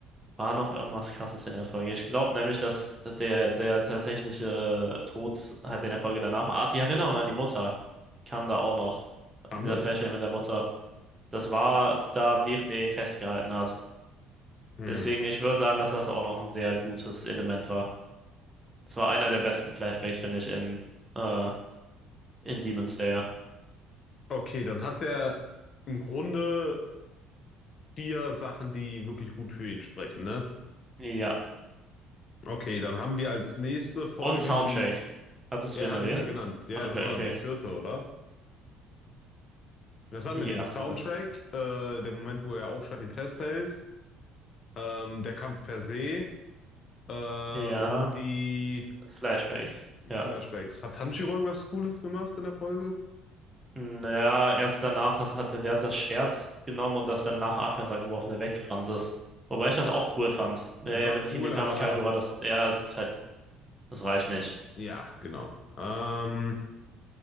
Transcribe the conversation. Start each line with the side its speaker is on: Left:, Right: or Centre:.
Right: war noch irgendwas Krasses in der Folge? Ich glaube nämlich, dass der, der tatsächliche Tod halt in der Folge danach war. Ah, die Erinnerung an die Mutter kam da auch noch. Also
Left: Kam
Right: Dieser
Left: das?
Right: Flashback mit der Mutter. Das war da, während er ihn festgehalten hat.
Left: Hm.
Right: Deswegen, ich würde sagen, dass das auch noch ein sehr gutes Element war. Das war einer der besten Flashbacks, finde ich, in, äh, in Demon Slayer.
Left: Okay, dann hat er im Grunde vier Sachen, die wirklich gut für ihn sprechen, ne?
Right: Ja.
Left: Okay, dann haben wir als nächste Folge
Right: Und Soundtrack.
Left: die
Right: Hattest
Left: Ja,
Right: du den
Left: hatte
Right: erwähnt?
Left: ich ja genannt. Ja,
Right: Okay,
Left: das war
Right: okay.
Left: die vierte, oder? Das hatten
Right: Ja,
Left: wir den Soundtrack,
Right: kann er.
Left: äh, der Moment, wo er aufschreit, ihn festhält, ähm, der Kampf per se äh,
Right: Ja,
Left: und die
Right: Flashbacks. Ja.
Left: Flashbacks. Hat Tanjiro irgendwas Cooles gemacht in der Folge?
Right: Naja, erst danach ist, hat, der der hat das Schwert genommen und das dann nach Akaza geworfen, der weggerannt ist. Wobei ich das auch cool fand. Ja,
Left: Das
Right: ja,
Left: war
Right: mit Hinekami
Left: cool, aber
Right: Kagura, das, ja, es ist halt, das reicht nicht.
Left: ja, genau. Ähm,